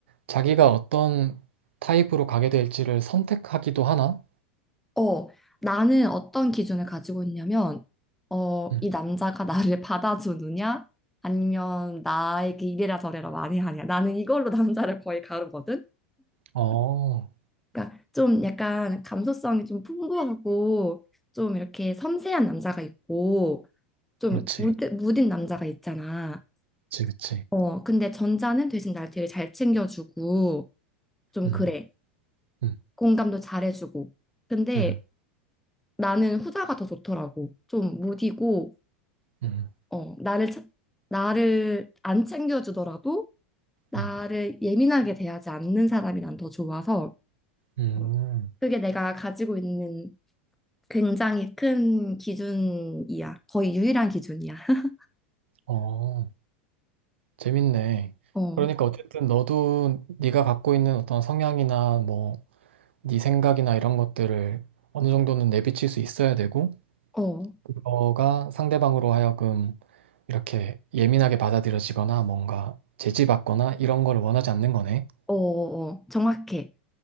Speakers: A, on the right; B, in the centre.
A: 자기가 어떤 타입으로 가게 될지를 선택하기도 하나?
B: 어, 나는 어떤 기준을 가지고 있냐면 어,
A: 음.
B: 이 남자가 나를 <laughs> 받아주느냐 아니면 나에게 이래라 저래라 많이 하냐 나는 이걸로 <laughs> 남자를 거의 가르거든.
A: 어,
B: 그러니까 좀 약간 감수성이 좀 풍부하고 좀 이렇게 섬세한 남자가 있고 좀
A: 그렇지.
B: 무드,
A: 그
B: 무딘 남자가 있잖아.
A: 지 그치.
B: 어, 근데 전자는 대신 날 되게 잘 챙겨주고, 좀
A: 음,
B: 그래.
A: 음,
B: 공감도 잘해주고. 근데
A: 음,
B: 나는 후자가 더 좋더라고. 좀 무디고,
A: 음,
B: 어, 나를, 차- 나를 안 챙겨주더라도 나를
A: 음, 음.
B: 예민하게 대하지 않는 사람이 난 더 좋아서,
A: 음,
B: 어, 그게 내가 가지고 있는 굉장히 큰 기준이야. 거의 유일한 기준이야. <laughs>
A: 어. 재밌네.
B: 어,
A: 그러니까 어쨌든 너도 네가 갖고 있는 어떤 성향이나 뭐 네 생각이나 이런 것들을 어느 정도는 내비칠 수 있어야 되고
B: 어,
A: 그거가 상대방으로 하여금 이렇게 예민하게 받아들여지거나 뭔가 제지받거나 이런 걸 원하지 않는 거네.
B: 어, 어, 정확해.